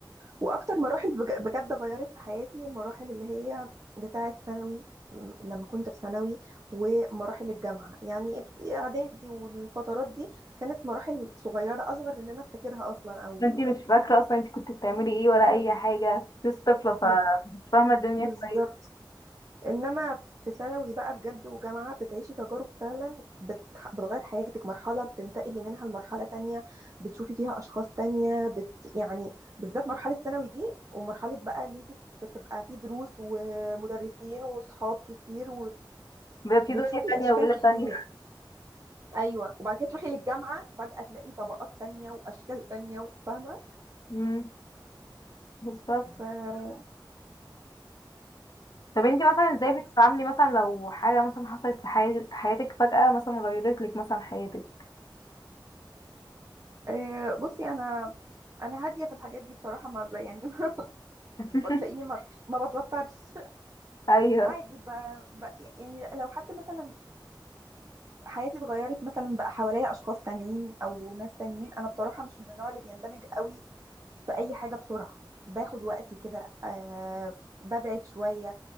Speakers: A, on the right; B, on the left.
A: واكتر مراحل بج- بجد غيرت في حياتي المراحل اللي هي بتاعه ثانوي م، لما كنت في ثانوي ومراحل الجامعه يعني ابت- اعدادي والفترات دي كانت مراحل صغيره اصغر من ان انا افتكرها اصلا او
B: ما انتي مش فاكرة اصلا انتي كنت بتعملي ايه ولا اي حاجة لسه طفلة فمش
A: بز-
B: فاهمة الدنيا
A: بالظبط
B: كويس
A: انما في ثانوي بقى بجد وجامعة بتعيشي تجارب فعلا بت... بتغير حياتك مرحلة بتنتقلي منها لمرحلة تانية بتشوفي فيها اشخاص تانية بت... يعني بالذات مرحلة ثانوي دي ومرحلة بقى ان انت بتبقى في دروس ومدرسين وصحاب كتير
B: بيبقى في
A: وبتشوفي
B: دنيا تانية
A: اشكال
B: وليلة
A: كتير
B: تانية
A: ايوه وبعد كده تروحي للجامعة فجأة تلاقي طبقات تانية واشكال تانية فاهمة
B: <laughs> امم بالظبط
A: ف
B: طب انتي مثلا ازاي
A: بس
B: بتتعاملي مثلا لو حاجة مثلا حصلت في حي... حياتك فجأة مثلا غيرت لك مثلا حياتك
A: آه، بصي انا انا هاديه في الحاجات دي بصراحه ما ب- يعني <laughs>
B: <laughs>
A: ما تلاقيني ما ما بتوترش
B: ايوه
A: عادي ب... ب... يعني لو حد مثلا حياتي اتغيرت مثلا بقى حواليا اشخاص تانيين او ناس تانيين انا بصراحة مش من النوع اللي بيندمج قوي في اي حاجة بسرعة باخد وقتي كده آه ببعد شوية